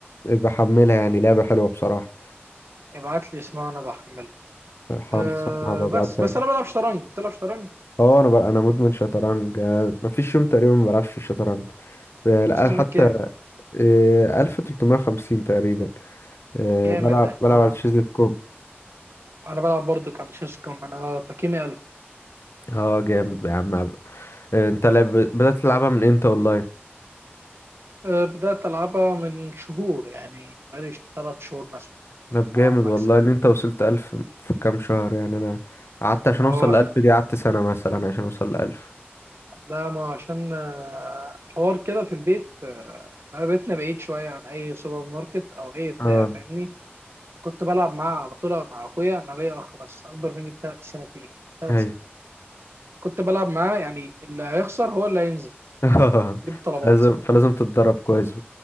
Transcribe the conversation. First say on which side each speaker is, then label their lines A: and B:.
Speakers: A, on the left; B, on the right.
A: يبقى حملها يعني لعبه حلوه بصراحه
B: ابعت لي اسمها وانا بحمله
A: خالص
B: آه.
A: انا ببعتها
B: بس بس
A: لك
B: انا بلعب شطرنج بتلعب شطرنج
A: اه انا بقى انا مدمن شطرنج آه، مفيش يوم تقريبا ما بلعبش في الشطرنج آه، لا
B: تصنيفك
A: حتى
B: كام
A: آه، 1350 تقريبا آه،
B: جامد
A: بلعب
B: احنا
A: بلعب على تشيز دوت كوم
B: انا بلعب برضك على شيس كوم انا تقييمي 1000
A: اه جامد يا عم آه، انت لعب بدأت تلعبها من امتى اونلاين
B: أه بدات العبها من شهور يعني بقالي 3 شهور مثلا
A: طب جامد
B: اه ماكس
A: والله ان انت وصلت 1000 في كام شهر يعني انا قعدت عشان
B: اه
A: اوصل ل 1000 دي قعدت سنة مثلا عشان اوصل ل 1000
B: لا ما عشان آه، حوار كده في البيت آه، انا بيتنا بعيد شويه عن اي سوبر ماركت او اي بتاع
A: اه
B: فاهمني كنت بلعب مع بطولة مع أخويا أنا ليا أخ بس أكبر مني بثلاث سنتين ثلاث
A: ايوه
B: سنين كنت بلعب معاه يعني اللي هيخسر هو اللي هينزل
A: <laughs>
B: يجيب الطلبات
A: فلازم فلازم تتدرب كويس